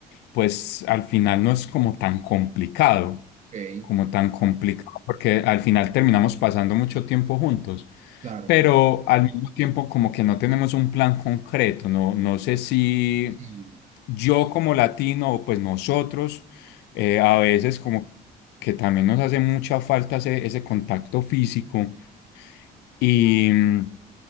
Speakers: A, on the left; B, on the right.
A: pues al final no es como tan complicado,
B: Ok,
A: como tan complicado, porque al final terminamos pasando mucho tiempo juntos
B: claro.
A: pero al mismo tiempo como que no tenemos un plan concreto, no, no sé si
B: Sí.
A: yo como latino o pues nosotros eh, a veces como que también nos hace mucha falta ese, ese contacto físico y mm,